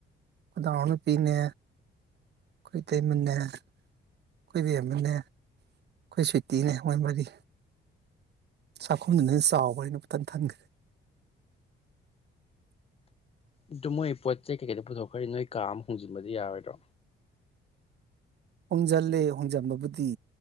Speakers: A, on the right; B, on the left.
A: ꯈꯨꯣꯏꯗꯥꯡ ꯅꯨꯨꯄꯤꯅꯦ ꯑꯩꯣꯏꯇꯩ ꯃꯦ ꯍꯥꯏ ꯑꯩꯈꯣꯏꯕꯤ ꯑꯦꯝ ꯑꯦꯜ ꯑꯦ ꯑꯩꯈꯣꯏ ꯁꯨꯇꯤꯅꯦ ꯃꯣꯏ ꯃꯔꯤ ꯆꯥꯛꯈꯨꯝꯗꯨꯅ ꯆꯥꯎꯕ ꯍꯥꯏꯅ ꯇꯪ ꯊꯟꯈ꯭ꯔꯦ
B: ꯑꯗꯨ ꯃꯣꯏ ꯄꯣꯠ ꯆꯩ ꯀꯩꯀꯩꯗ ꯄꯨꯊꯣꯛꯈ꯭ꯔꯦ ꯅꯣꯏ ꯀꯥ ꯑꯃ ꯍꯣꯡꯖꯤꯟꯕꯗꯤ ꯌꯥꯔꯣꯏꯗ꯭ꯔꯣ
A: ꯍꯣꯡꯖꯤꯜꯂꯦ ꯍꯣꯡꯖꯟꯕꯕꯨꯗꯤ